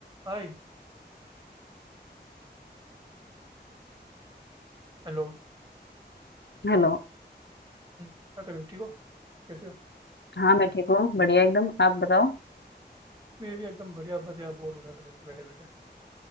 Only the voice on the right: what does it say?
हाय Hello
हम्म, क्या कर रहे हो ठीक हो कैसे हो
मैं भी एकदम बढ़िया बस यार बोर हो रहा था वैसे बैठे बैठे